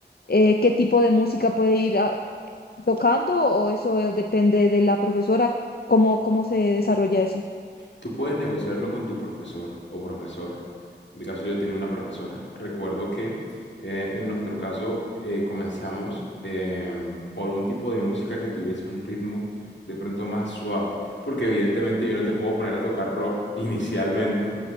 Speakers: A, on the left; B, on the left.
A: eh, qué tipo de música puede ir a- tocando o eso eh, depende de la profesora? ¿Cómo, cómo se desarrolla eso?
B: Tú puedes negociarlo con tu profesor o profesora. En mi caso yo tenía una profesora. Recuerdo que eh, en nuestro caso eh, comenzamos em, por un tipo de música que tuviese un ritmo de pronto más suave, porque evidentemente yo no te puedo poner a tocar rock <laughs> inicialmente.